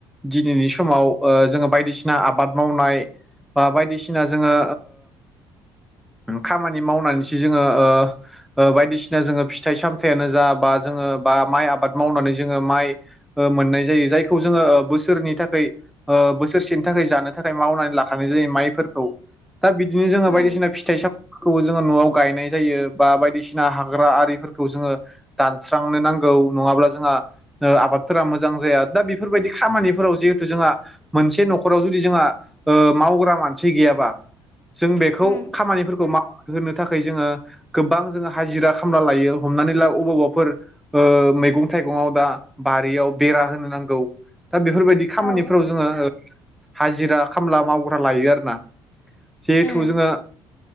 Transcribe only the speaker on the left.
उम
उम
औ
उम